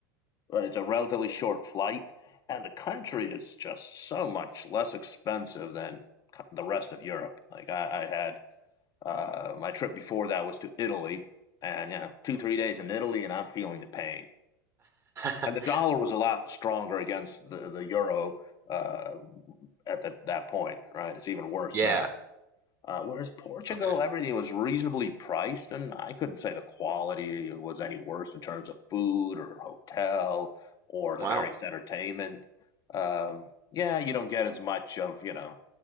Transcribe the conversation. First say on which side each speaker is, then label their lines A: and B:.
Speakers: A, on the left; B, on the right.
A: but it's a relatively short flight, and the country is just so much less expensive than co- the rest of Europe. Like I, I had Uh, my trip before that was to Italy, and yeah, two three days in Italy, and I'm feeling the pain.
B: <laughs>
A: And the dollar was a lot stronger against the, the euro uh, at that that point, right? It's even worse
B: Yeah.
A: now. Uh, whereas Portugal,
B: Okay.
A: everything was reasonably priced, and I couldn't say the quality was any worse in terms of food or hotel or the
B: Wow.
A: various entertainment. Um, yeah, you don't get as much of you know,